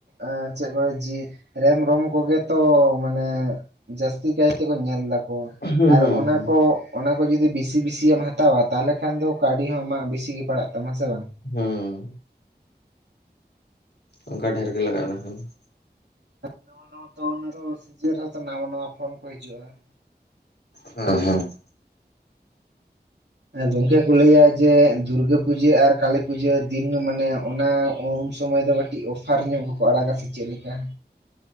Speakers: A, on the right; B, on the left.
A: ᱮᱸ ᱪᱮᱜ ᱠᱚ ᱡᱤ ᱨᱮᱢ ᱨᱚᱢ ᱠᱚᱜᱮ ᱛᱚ ᱢᱟᱱᱮ ᱡᱟᱹᱥᱛᱤ ᱠᱟᱭ ᱛᱮᱠᱚ ᱧᱮᱞ ᱫᱟ ᱠᱚ ᱾ ᱚ
B: ᱦᱩᱸ
A: ᱟᱨ
B: ᱦᱩᱸ
A: ᱚᱱᱟ
B: ᱦᱩᱸ
A: ᱠᱚ ᱾ ᱚᱱᱟ ᱠᱚ ᱡᱩᱫᱤ ᱵᱤᱥᱤ ᱵᱤᱥᱤ ᱮᱢ ᱦᱟᱛᱟᱣᱼᱟ ᱛᱟᱦᱚᱞᱮ ᱠᱷᱟᱱ ᱫᱚ ᱠᱟᱹᱣᱰᱤ ᱦᱚᱸ ᱟᱢᱟᱜ ᱵᱤᱥᱤ ᱜᱮ ᱯᱟᱲᱟᱜ ᱛᱟᱢᱟ ᱥᱮ ᱵᱟᱝ?
B: ᱦᱩᱸ ᱾ ᱚᱱᱠᱟ ᱰᱷᱮᱨ ᱜᱮ ᱞᱟᱜᱟᱼᱟ ᱱᱟᱠᱷᱟᱱ ᱾
A: ᱱᱟᱣᱟ ᱱᱟᱣᱟ ᱛᱚ ᱨᱮᱦᱚᱸ ᱱᱟᱣᱟ ᱱᱟᱣᱟ ᱯᱷᱳᱱ ᱠᱚ ᱦᱤᱡᱩᱜᱼᱟ ᱾
B: ᱦᱮᱸ ᱦᱮᱸ ᱾
A: ᱜᱚᱝᱠᱮ ᱠᱚ ᱞᱟᱹᱭᱟ ᱡᱮ ᱫᱩᱨᱜᱟᱹ ᱯᱩᱡᱟᱹ ᱟᱨ ᱠᱟᱞᱤ ᱯᱩᱡᱟᱹ ᱫᱤᱱ ᱢᱟᱱᱮ ᱚᱱᱟ ᱩᱱ ᱥᱚᱢᱚᱭ ᱫᱚ ᱠᱟᱹᱴᱤᱡ ᱚᱯᱷᱟᱨ ᱧᱚᱜ ᱜᱮᱠᱚ ᱟᱲᱟᱜᱟ ᱥᱮ ᱪᱮᱫ ᱞᱮᱠᱟ ᱾